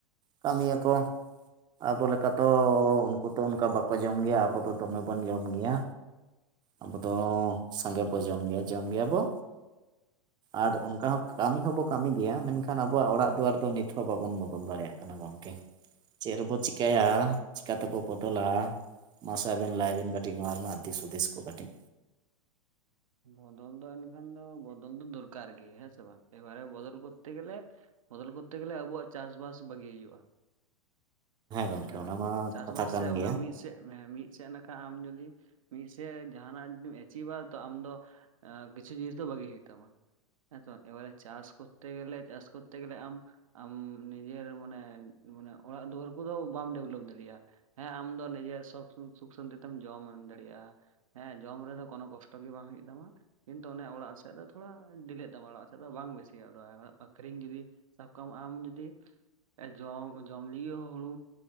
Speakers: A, on the right; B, on the right.
A: ᱠᱟᱹᱢᱤᱭ ᱟᱠᱚ ᱟᱵᱚ ᱞᱮᱠᱟ ᱛᱚ ᱩᱱᱠᱩ ᱛᱚ ᱚᱱᱠᱟ ᱵᱟᱠᱚ ᱡᱚᱢ ᱜᱮᱭᱟ ᱟᱵᱚ ᱫᱚ ᱫᱚᱢᱮ ᱵᱚᱱ ᱡᱚᱢ ᱜᱮᱭᱟ ᱟᱵᱚ ᱫᱚ ᱥᱟᱸᱜᱮ ᱵᱚ ᱡᱚᱢ ᱜᱮᱭᱟ ᱡᱚᱢ ᱜᱮᱭᱟ ᱵᱚ ᱟᱨ ᱚᱱᱠᱟ ᱦᱚᱸᱼᱼ ᱠᱟᱹᱢᱤ ᱦᱚᱸᱵᱚ ᱠᱟᱹᱢᱤ ᱜᱮᱭᱟ ᱢᱮᱱ ᱠᱷᱟᱱ ᱟᱵᱚᱣᱟᱜ ᱚᱲᱟᱜ ᱫᱩᱭᱟᱹᱨ ᱫᱚ ᱱᱤᱛ ᱦᱚᱸ ᱵᱟᱵᱚᱱ ᱵᱚᱫᱚᱞ ᱫᱟᱲᱮᱭᱟᱜ ᱠᱟᱱᱟ ᱜᱚᱝᱠᱮ ᱪᱮᱜ ᱨᱮᱵᱚᱼᱼ ᱪᱤᱠᱟᱹ ᱛᱮᱵᱚ ᱵᱚᱫᱚᱞᱟ ᱢᱟᱥᱮ ᱟᱵᱮᱱ ᱞᱟᱹᱭ ᱵᱮᱱ ᱠᱟᱹᱴᱤᱡ ᱱᱚᱣᱟ ᱨᱮᱱᱟᱜ ᱫᱤᱥ ᱦᱩᱫᱤᱥ ᱠᱚ ᱠᱟᱹᱴᱤᱡ
B: ᱵᱚᱫᱚᱞ ᱫᱚ ᱮᱱᱠᱷᱟᱱ ᱫᱚ ᱵᱚᱫᱚᱞ ᱫᱚ ᱫᱚᱨᱠᱟᱨ ᱜᱮ ᱦᱮᱸ ᱥᱮ ᱵᱟᱝ ᱮᱵᱟᱨᱮ ᱵᱚᱫᱚᱞ ᱠᱚᱨᱛᱮ ᱜᱮᱞᱮᱼᱼ ᱵᱚᱫᱚᱞ ᱠᱚᱨᱛᱮ ᱜᱮᱞᱮ ᱟᱵᱚᱣᱟᱜ ᱪᱟᱥ ᱵᱟᱥ ᱵᱟᱜᱤ ᱦᱩᱭᱩᱜᱼᱟ
A: ᱜᱚᱢᱠᱮ
B: ᱦᱮᱸ ᱥᱮ
A: ᱚᱱᱟ
B: ᱵᱟᱝ
A: ᱢᱟ
B: ᱪᱟᱥ
A: ᱠᱟᱛᱷᱟ
B: ᱵᱟᱥ
A: ᱠᱟᱱ
B: ᱥᱮᱫ
A: ᱜᱮᱭᱟ
B: ᱚᱱᱟ ᱢᱤᱫ ᱥᱮᱫ ᱢᱤᱫ ᱥᱮᱱᱼᱼ ᱟᱢ ᱡᱚᱫᱤ ᱢᱤᱫ ᱥᱮᱫ ᱡᱟᱦᱟᱱᱟᱜ ᱡᱩᱫᱤᱢ ᱮᱪᱤᱵᱟ ᱛᱚ ᱟᱢ ᱫᱚᱼᱼ ᱟᱸ ᱠᱤᱪᱷᱩ ᱡᱤᱱᱤᱥ ᱫᱚ ᱵᱟᱹᱜᱤ ᱦᱩᱭᱩᱜ ᱛᱟᱢᱟ ᱦᱮᱸᱛᱚ ᱮᱵᱟᱨᱮ ᱪᱟᱥ ᱠᱚᱨᱛᱮ ᱜᱮᱞᱮ ᱪᱟᱥ ᱠᱚᱼᱼ ᱛᱮ ᱜᱮᱞᱮ ᱟᱢ ᱟᱢ ᱱᱤᱡᱮᱨ ᱢᱟᱱᱮ ᱢᱟᱱᱮ ᱚᱲᱟᱜ ᱫᱩᱣᱟᱹᱨ ᱩᱱᱫᱚ ᱵᱟᱢ ᱰᱮᱵᱷᱞᱚᱯ ᱫᱟᱲᱮᱭᱟᱜᱼᱟ ᱦᱮᱸ ᱟᱢᱫᱚ ᱱᱤᱡᱮᱨ ᱥᱚᱠ ᱥᱩᱠ ᱥᱟᱱᱛᱤ ᱛᱮᱢ ᱡᱚᱢ ᱫᱟᱲᱮᱭᱟᱜᱼᱟ ᱦᱮᱸ ᱡᱚᱢ ᱨᱮ ᱫᱚ ᱠᱳᱱᱳ ᱠᱚᱥᱴᱚ ᱜᱮ ᱵᱟᱝ ᱦᱩᱭᱩᱜ ᱛᱟᱢᱟ ᱠᱤᱱᱛᱩ ᱚᱱᱮ ᱚᱲᱟᱜ ᱥᱮᱫ ᱫᱚ ᱛᱷᱚᱲᱟ ᱰᱤᱞᱟᱹᱜ ᱛᱟᱢᱟ ᱚᱲᱟᱜ ᱥᱮᱫ ᱫᱚ ᱵᱟᱝ ᱵᱮᱥᱤ ᱫᱚ ᱟᱹᱠᱷᱨᱤᱧ ᱡᱩᱫᱤᱼᱼ ᱥᱟᱵ ᱠᱟᱜ ᱢᱮ ᱟᱢ ᱡᱩᱫᱤ ᱡᱚᱢ ᱡᱚᱢ ᱞᱟᱹᱜᱤᱫ ᱦᱚᱸ ᱦᱩᱲᱩ